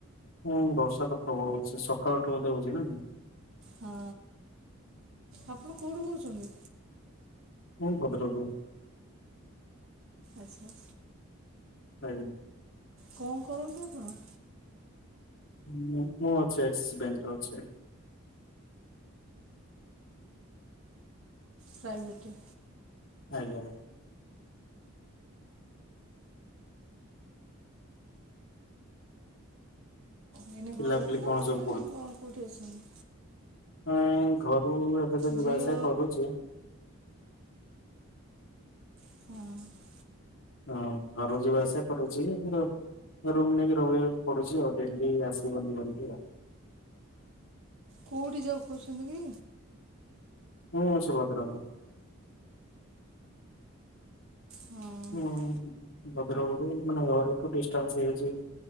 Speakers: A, on the left; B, on the right.
A: ହୁଁ ବର୍ଷା ତ ପ୍ରବଳ ଅଛି ସକାଳୁଠୁ ବଧେ ହଉଛି ନାକି
B: ହଁ ଆପଣ କୋଉଠୁ କହୁଛନ୍ତି?
A: ମୁଁ ଭଦ୍ରକ
B: ଆଚ୍ଛା
A: ଆଜ୍ଞା
B: କଣ କରନ୍ତି ଆପଣ?
A: ମୁଁ ମୁଁ ଅଛି ଆକ୍ସିସ୍ ବ୍ୟାଙ୍କରେ ଅଛି।
B: ପ୍ରାଇଭେଟ୍
A: ଆଜ୍ଞା।
B: ଏଇନା ଘରଠି
A: ପିଲାପିଲି
B: ନା
A: କଣ ସବୁ
B: ମାନେ କଣ କୋଉଠି ଅଛନ୍ତି?
A: ନାଇଁ ଘରୁ ଏବେ ତ ଯିବା
B: ଝିଅ
A: ଆସିବା କରୁଚି।
B: ହଁ।
A: ହଁ ଘରୁ ଯିବା ଆସିବା କରୁଚି କିନ୍ତୁ ରୁମ୍ ନେଇକି ରହିବାକୁ ପଡୁଚି ଆଉ ଡେଲି ଆସିବନି ଘରକୁ ଆଉ।
B: କୋଉଠି ଜବ୍ କରୁଛନ୍ତି କି?
A: ହୁଁ ସୁଭଦ୍ରାପୁରୁ।
B: ହଁ
A: ହୁଁ ଭଦ୍ରକରୁ ମାନେ ଘରଠୁ ଡିସଟାନ୍ସ୍ ହେଇଚି।